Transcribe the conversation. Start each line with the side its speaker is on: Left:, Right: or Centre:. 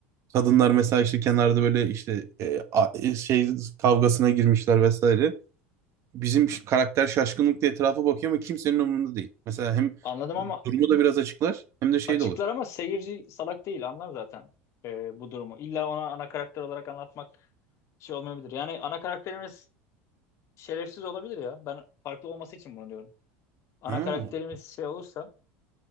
Right: Kadınlar mesela işte kenarda böyle işte e, a- e, şey kavgasına girmişler vesaire. bizim ş- karakter şaşkınlıkla etrafa bakıyor ama kimsenin umurunda değil. Mesela hem
Left: Anladım ama
Right: durumu da biraz açıklar hem de şey
Left: açıklar
Right: de olur.
Left: ama seyirci salak değil anlar zaten e, bu durumu. İlla ona ana karakter olarak anlatmak şey olmayabilir. Yani ana karakterimiz şerefsiz olabilir ya. Ben farklı olması için bunu diyorum. Ana
Right: Ha,
Left: karakterimiz şey olursa